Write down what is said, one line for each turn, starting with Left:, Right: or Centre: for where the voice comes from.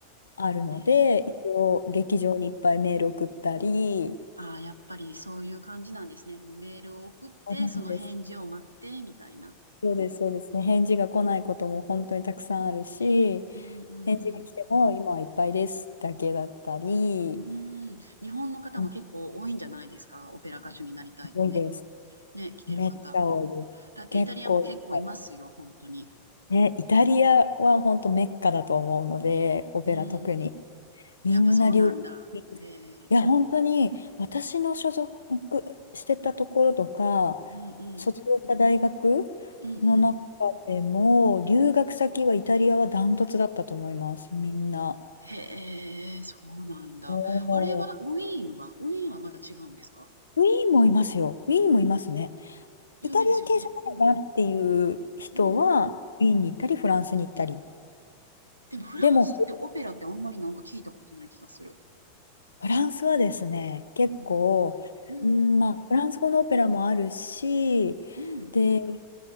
Left: あるので一応劇場にいっぱいメール送ったり。
Right: えーああ、やっぱりそういう感じなんですね。もうメールを送って、
Left: そうなんです。
Right: その返事を待って、みたいな。
Left: そうです、そうですね。返事が来ないことも本当にたくさんあるし、
Right: うんうんうん。
Left: 返事が来ても今はいっぱいですだけだったり、
Right: うん。日本の方も結構多いんじゃないですか。
Left: うん
Right: オペラ歌手になりたいって。
Left: 多いです。
Right: ね、来てる方。
Left: めっちゃ多いです。
Right: だってイタリアも結構いますよ、
Left: 結構いっぱい。
Right: 本当に。
Left: ね、イタリアは本当メッカだと思うので、オペラ特に。
Right: うん。
Left: みんな留学に
Right: やっぱそうなんだ。へえ。
Left: いや、本当に私の所属してたところとか、
Right: うんうん。
Left: 卒業した大学
Right: うんうん。
Left: の中でも、留学先はイタリアはダントツだったと思います、みんな。
Right: へえ、そうなんだ。
Left: お
Right: あれは、
Left: ー
Right: ウィーンは、ウィーンはまだ違うんですか
Left: ウィーンもいますよ。ウィーンもいますね。
Right: 有名ですよね。
Left: イタリア系じゃないなっていう人は、
Right: うん。うん。
Left: ウィーンに行ったり、フランスに行ったり。
Right: でも、フランスってオペラってあんまりなんか聞いたことない気がする。
Left: でも、ほフランスはですね、結構、
Right: うん。うん。
Left: うん、まあ、フランス語のオペラもあるし、
Right: うん。
Left: で、